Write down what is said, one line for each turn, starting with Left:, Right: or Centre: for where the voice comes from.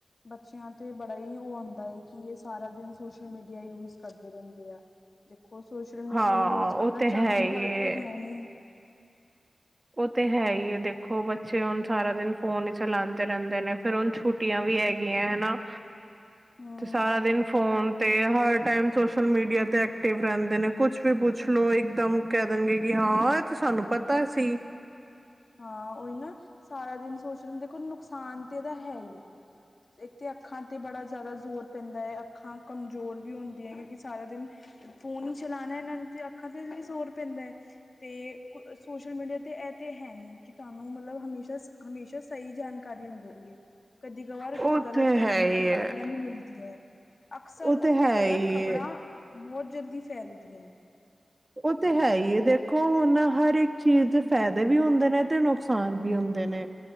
Left: ਬੱਚਿਆਂ ਤੇ ਬੜਾ ਹੀ ਉਹ ਆਉਦਾ ਹੈ ਕਿ ਇਹ ਸਾਰਾ ਦਿਨ ਸੋਸ਼ਲ ਮੀਡੀਆ ਯੂਜ। ਕਰਦੇ ਰਹਿੰਦੇ ਆ ਦੇਖੋ ਸੋਸ਼ਲ ਮੀਡੀਆ
Right: ਹਾਂ
Left: ਯੂਜ
Right: ਉਹ
Left: ਕਰਨਾ
Right: ਤੇ
Left: ਚੰਗੀ
Right: ਹੈ ਹੀ
Left: ਗੱਲ
Right: ਏ
Left: ਤੇ ਹੈ ਨੀ।
Right: ਉਹ ਤੇ ਹੈ ਹੀ ਦੇਖੋ ਬੱਚੇ ਹੁਣ ਸਾਰਾ ਦਿਨ ਫੋਨ ਹੀ ਚਲਾਉਂਦੇ ਰਹਿੰਦੇ ਨੇ ਫੇਰ ਹੁਣ ਛੁੱ। ਛੁੱਟੀਆਂ ਵੀ ਹੈਗੀਆਂ ਹਨਾ
Left: ਹਮ
Right: ਤੇ ਸਾਰਾ ਦਿਨ ਫੋਨ। ਤੇ ਹਰ ਟਾਈਮ ਸੋਸ਼ਲ ਮੀਡੀਆ ਤੇ ਐਕਟਿਵ ਰਹਿੰਦੇ ਨੇ ਕੁਛ ਵੀ ਪੁੱਛ ਲੋੋ ਇਕ ਦਮ। ਕਹਿ ਦੇਣਗੇ ਕਿ ਹਾਂ ਇਹ ਤੇ ਸਾਨੂੰ ਪਤਾ ਸੀ।
Left: ਹਾਂ ਉਹੀ ਨਾ ਸਾਰਾ ਦਿਨ ਸੋਸ਼ਲ ਮ ਦੇਖੋ ਨੁਕਸਾਨ ਤਾਂ ਇਹਦਾ ਹੈ ਹੀ। ਇੱਕ ਤਾਂ ਅੱਖਾਂ ਤੇ ਬੜਾ ਜ਼ਿਆਦਾ ਜ਼ੋਰ ਪੈਂਦਾ ਹੈ ਅੱਖਾਂ ਕਮਜ਼ੋਰ ਵੀ ਹੁੰਦੀਆਂ ਕਿਉਂਕਿ ਸਾਰਾ ਦਿਨ। ਫੋਨ ਹੀ ਚਲਾਣਾ ਇਹਨਾਂ ਨੂੰ ਤੇ ਅੱਖਾਂ ਤੇ ਜ਼ੋਰ ਪੈਂਦਾ ਹੈ। ਤੇ ਸੋਸ਼ਲ ਮੀਡੀਆ ਤੇ ਇਹ ਤੇ ਮੌ। ਹੈ ਨਹੀਂੀ ਕਿ ਤੁਹਾਨੂੰ ਮਤਲਬ ਹਮੇਸ਼ਾ, ਹਮੇਸ਼ਾ ਸਹੀ ਜਾਣਕਾਰੀ। ਕਾਰੀ ਮਿਲਹੀ ਹੈ ਕਦੀ ਕਵਾਰ
Right: ਉਹ
Left: ਗਲਤ
Right: ਤੇ
Left: ਗਲਤ
Right: ਹੈ
Left: ਜਾਣਕਾਰੀਆਂ
Right: ਹੀ ਹੈ
Left: ਵੀ ਮਿਲਦੀਆਂ ਹੈ। ਅਕਸਰ
Right: ਉਹ
Left: ਉੱਥੇ
Right: ਤੇ ਹੈ
Left: ਗ਼ਲਤ
Right: ਹੀ
Left: ਖ਼ਬਰਾਂ ਬਹੁਤ ਜਲਦੀ ਫੈਲਦੀਆਂ।
Right: ਉਹ ਤਾਂ ਹੈ ਹੀ ਹੈ ਦੇਖੋ ਹੁਣ ਹਰ ਇੱਕ ਚੀਜ਼ ਦੇ ਫਾਇਦੇ ਵੀ ਹੁੰਦੇ ਨੇ, ਤੇ ਨੁਕਸਾਨ ਵੀ ਹੁੰਦੇ ਨੇ।